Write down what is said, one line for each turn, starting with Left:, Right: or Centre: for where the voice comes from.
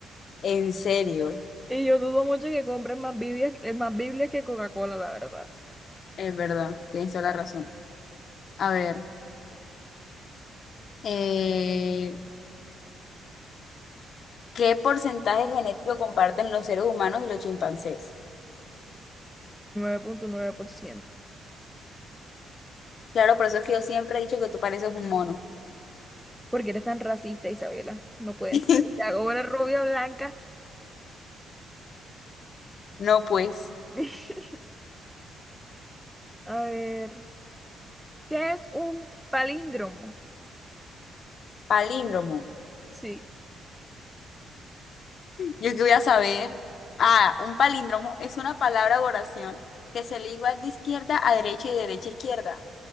Left: En serio,
Centre: Y yo dudo mucho que compren más Biblias, eh, más Biblias que Coca-Cola, la verdad.
Left: es verdad, tienes toda la razón. A ver, eh, ¿qué porcentaje genético comparten los seres humanos y los chimpancés?
Centre: 99.9%.
Left: Claro, por eso es que yo siempre he dicho que tú pareces un mono.
Centre: Porque eres tan racista, Isabela. No puede
Left: <laughs>
Centre: ser. Te hago una rubia blanca.
Left: No, pues,
Centre: <laughs> A ver, ¿qué es un palíndromo?
Left: palíndromo.
Centre: Sí,
Left: Yo que voy a saber. Ah, un palíndromo es una palabra o oración que se lee igual de izquierda a derecha y de derecha a izquierda.